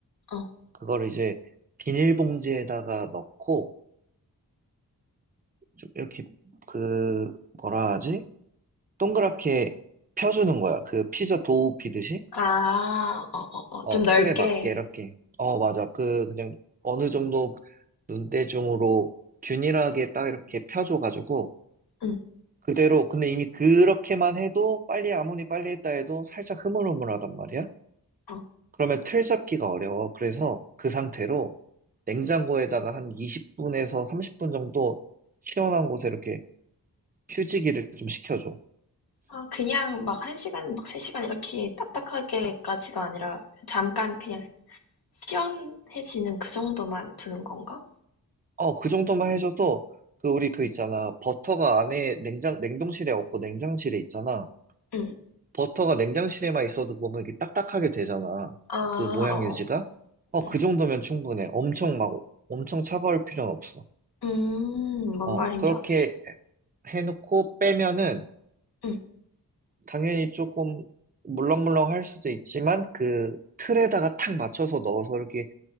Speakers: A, on the left; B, on the right.
A: 어.
B: 그걸 이제 비닐봉지에다가 넣고, 좀 이렇게, 그, 뭐라 하지? 동그랗게 펴주는 거야. 그 피자 도우 피듯이.
A: 아, 어, 어, 어.
B: 어,
A: 좀 넓게.
B: 틀에 맞게 이렇게. 어, 맞아. 그, 그냥 어느 정도 눈대중으로 균일하게 딱 이렇게 펴줘가지고,
A: 응,
B: 그대로, 근데 이미 그렇게만 해도 빨리 아무리 빨리 했다 해도 살짝 흐물흐물하단 말이야?
A: 어.
B: 그러면 틀 잡기가 어려워. 그래서 그 상태로 냉장고에다가 한 20분에서 30분 정도 시원한 곳에 이렇게 휴지기를 좀 시켜줘.
A: 아, 그냥 막 1시간, 막 3시간 이렇게 딱딱하게까지가 아니라 잠깐 그냥 시원해지는 그 정도만 두는 건가?
B: 어, 그 정도만 해줘도 그 우리 그 있잖아. 버터가 안에 냉장, 냉동실에 없고 냉장실에 있잖아.
A: 응.
B: 버터가 냉장실에만 있어도 보면 이게 딱딱하게 되잖아.
A: 아,
B: 그 모양
A: 어어.
B: 유지가. 어,
A: 응.
B: 그 정도면 충분해. 엄청 막, 엄청 차가울 필요는 없어.
A: 음, 뭔
B: 어,
A: 말인지
B: 그렇게
A: 알았어.
B: 해놓고 빼면은
A: 응.
B: 당연히 조금 물렁물렁 할 수도 있지만 그 틀에다가 탁 맞춰서 넣어서 이렇게